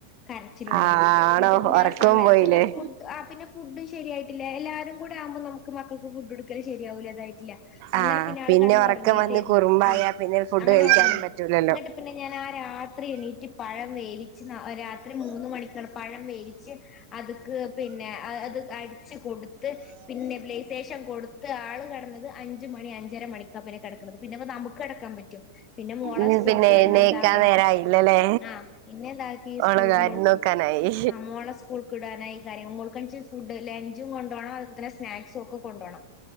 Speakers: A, on the left (about 30°); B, on the right (about 55°).
A: കരച്ചിൽ തൊടങ്ങി
B: ആണോ
A: എന്നിട്ട് പിന്നെ
B: ഉറക്കം
A: ആ സമയ
B: പോയില്ലേ
A: പിന്നെ ഫുഡ് ആ പിന്നെ ഫുഡ് ശരിയായിട്ടില്ല എല്ലാരും കൂടെ ആകുമ്പോ നമുക്ക് മക്കൾക്ക് ഫുഡ് കൊടുക്കൽ ശരിയാവൂല അതായിട്ടില്ല അങ്ങനെ
B: ആഹ്
A: പിന്നെ ആൾ കെടന്ന്
B: ഉറക്കം
A: ഒ റങ്ങിയതെര്ന്ന്
B: വന്ന് കുറുമ്പായ
A: ആ
B: പിന്നെ ഫുഡ്
A: അങ്ങനെ
B: കഴിക്കാനും
A: ഒറങ്ങി
B: പറ്റൂലല്ലോ
A: ഇന്ന്ട്ട് പിന്നെ ഞാൻ ആ രാത്രി എണീറ്റ് പഴം വേവിച്ച് രാത്രി മൂന്ന് മണിക്ക് പഴം വേവിച്ച് അത്ക്ക് പിന്നെ അത് അടിച്ച് കൊടുത്ത് പിന്നെ നെബു ലൈസേഷൻ കൊടുത്ത് ന്ന്ട്ട് ആള് കെടന്നത് അഞ്ച് മണി അഞ്ചര മണിക്കാണ് പിന്നെ കെട ക്കുന്നത് പിന്നെപ്പ നമുക്ക് കെ ട ക്കാൻ പറ്റോ പിന്നെ മോളെ
B: ഉം
A: സ്കൂൾക്ക്
B: പിന്നെ
A: വിടണം
B: എഴുന്നേക്കാൻ
A: ഇതാക്കണം
B: നേരായില്ലല്ലേ
A: ആഹ പിന്നെന്താക്കി സ്കൂൾക്ക്
B: ഓളെ കാര്യം
A: മോൾക്ക്
B: നോക്കാനായി
A: ആ മോളെ സ്കൂൾക്ക് വിടാനായി കാര്യം മോൾക്കാഴ്ച ഫുഡ് ലഞ്ചും കൊണ്ട് കാണാൻ എൾപ്പത്തിന് സ്നാക്സ ഒക്കെ കൊണ്ടോണം